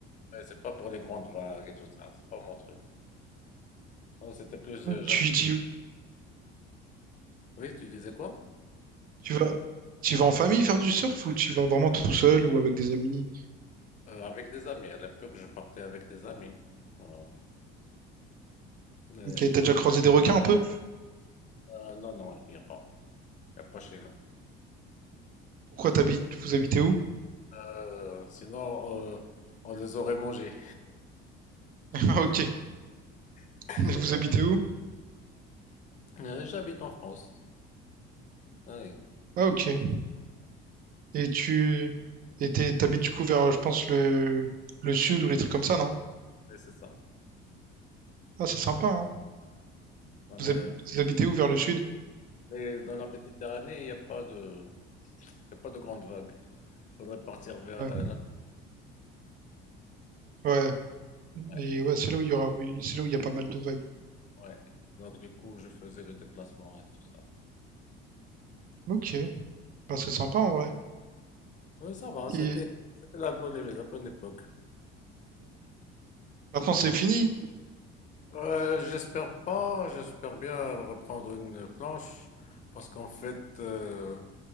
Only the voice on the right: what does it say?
Ouais,
tu, tu,
tu vas, tu vas en famille faire du surf ou tu vas vraiment tout seul ou avec des amis?
Ok, t'as déjà croisé des requins un peu?
Pourquoi t'habites, vous habitez où?
Ah, ok.
Mais Vous
habitez où?
Ah, ok. Et tu et t'es- t'habites du coup vers, je pense, le... le sud ou les trucs comme ça, non?
Ah, c'est sympa, hein.
Vous,
hab- vous habitez où vers le sud?
Ouais.
Ouais.
Et ouais, c'est là où il y aura, oui, c'est là où il y a pas mal de vagues.
Ok. Bah, c'est sympa, en vrai.
Et
maintenant, c'est fini.